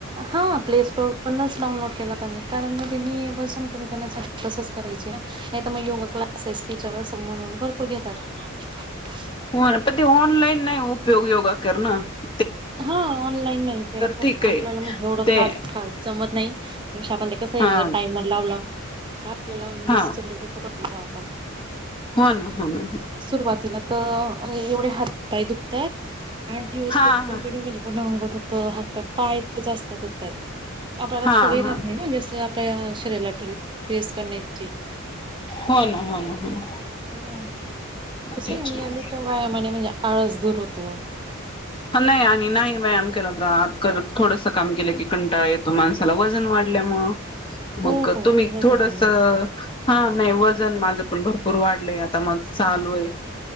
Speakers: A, on the right; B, on the left.
A: हा प्ले स्टोअरवरूनच डाउनलोड केलाता मी. कारण मध्ये मी, वजन कमी करण्यासाठी- तसच करायची ना? नाही तर मग योगा क्लासेस टीचर असेल म्हणून पण भर - होऊ द्या तर-
B: हो ना पण ते, ऑनलाईन नाही उपयोग योगा करण -
A: हा. ऑनलाईन नाही. ते कसंय
B: ठीक आहे
A: आपल्याला म्हणजे एवढं
B: ते
A: फास्ट फास्ट जमत नाही. त्यापेक्षा ते कस आहे?
B: हा
A: आपण म्हणजे टायमर लावला का आपल्याला दिसत
B: हा
A: तस करतो आपण.
B: हो ना हो ना.
A: सुरुवातीला त-एवढे हातपाय दुखतायेत. आठ दिवस
B: हा
A: तर
B: हा
A: कोण <unintelligible> म्हणे पूर्ण अंग दुख - हो हात पाय. पाय एकत जास्त दुखतात. आपल्याला
B: हा
A: सवय
B: हा
A: राहत नाही ना. जस आपल्या शरीराला टेस करण्याची
B: हो ना हो ना हो ना
A: हं कसयं
B: त्याच्या
A: नियमित वाया <unintelligible> आळस दूर होतो.
B: हा नाही आणि नाही व्यायाम केला तर आ थोडस काम केलं की कंटाळा येतो माणसाला वजन वाढल्यामुळ,
A: हो
B: मग तुम्ही
A: वजन
B: थोडस
A: वाढलं.
B: -हा नाही वजन माझ पण भरपूर वाढलंय, आता मग चालू आहे.